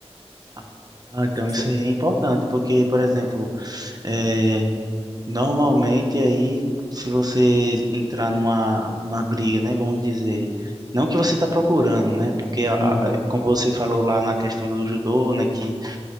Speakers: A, on the right; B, on the left.
A: Ah, então
B: Você-
A: isso aí é importante, porque, por
B: Ah,
A: exemplo, é, normalmente aí, se você entrar numa, numa briga, né, vamos dizer, não que você está procurando, né, porque, a- a-
B: Uhum.
A: a- como você falou lá na questão do judô, né, que